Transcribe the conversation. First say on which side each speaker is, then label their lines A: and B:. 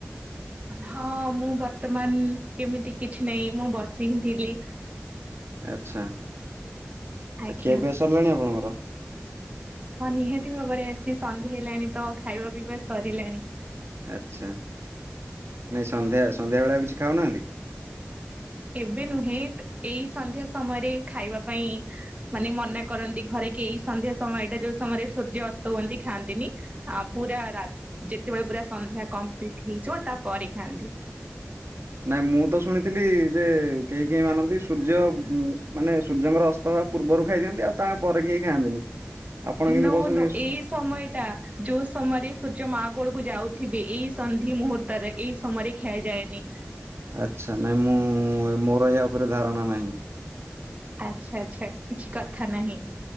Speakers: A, on the right (about 30°); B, on the right (about 60°).
A: ହଁ ମୁଁ ବର୍ତ୍ତମାନ ଏମିତି କିଛି ନାହିଁ ମୁଁ ବସି ହିଁ ଥିଲି।
B: ଆଛା ଆ
A: ଆଜ୍ଞା।
B: ଖିଆପିଆ ସରିଲାଣି ଆପଣଙ୍କର?
A: ହଁ ନିହାତି ଭାବରେ ଆସି ସନ୍ଧ୍ୟା ହେଇଲାଣି ତ ଖାଇବା ପିଇବା ସରିଲାଣି।
B: ଆଚ୍ଛା ନାଇଁ ସନ୍ଧ୍ୟା ସନ୍ଧ୍ୟା ବେଳେ ଆକୁ କିଛି ଖାଉନାହାନ୍ତି?
A: ଏବେ ନୁହେଁ ଏଇ ସନ୍ଧ୍ୟା ସମୟରେ ଖାଇବା ପାଇଁ ମାନେ ମନା କରନ୍ତି ଘରେ କେହି ସନ୍ଧ୍ୟା ସମୟଟା ଯୋଉ ସମୟରେ ସୂର୍ଯ୍ୟ ଅସ୍ତ ହୁଅନ୍ତି ଖାଆନ୍ତିନି ଆ ପୁରା ରା ଯେତେବେଳେ ପୁରା ସନ୍ଧ୍ୟା କମ୍ପ୍ଲିଟ ହେଇଯିବ ତା ପରେ ଖାଆନ୍ତି।
B: ନାଇଁ ମୁଁ ତ ଶୁଣିଥିଲି ଯେ କେହି କେହି ମାନନ୍ତି ସୂର୍ଯ୍ୟ ମାନେ ସୂର୍ଯ୍ୟଙ୍କର ଅସ୍ତହବା ପୂର୍ବରୁ ଖାଇଦିଅନ୍ତି ଆଉ ତାଙ୍ ପରେ କେହି ଖାଆନ୍ତିନି। ଆପଣ କିନ୍ତୁ
A: ନୋ
B: କହୁଛନ୍ତି
A: ନୋ ଏଇ ସମୟ ଟା ଯୋଉ ସମୟରେ <unintelligible> ଯ ମାଆ କୋଳକୁ ଯାଉଥିବେ ଏଇ ସନ୍ଧି ମୁହୂର୍ତରେ ଏଇ ସମୟରେ ଖିଆଯାଏନି
B: ଆଚ୍ଛା ନାଇଁ ମୁଁ ମୋର ଏହା ଉପରେ ଧାରଣା ନାହିଁ।
A: ଆଚ୍ଛା ଆଚ୍ଛା କିଛି କଥା ନାହିଁ।